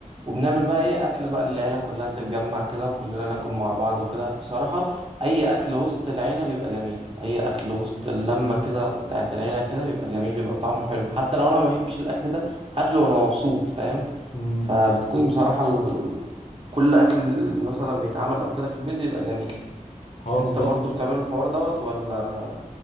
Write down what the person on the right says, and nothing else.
وبنعمل بقى إيه أكل بقى العيلة كلها تتجمع كده وكلنا ناكل مع بعض وكده بصراحة أي أكل وسط العيلة بيبقى جميل أي أكل وسط اللمة كده بتاعت العيلة كده بيبقى جميل بيبقى طعمه حلو حتى لو أنا ما بحبش الأكل ده هاكله وأنا مبسوط فاهم
فبتكون بصراحة ال... كل أكل مثلا بيتعمل أو كده في البيت بيبقى جميل
أنت
برضو بتعمل الحوار دوت ولا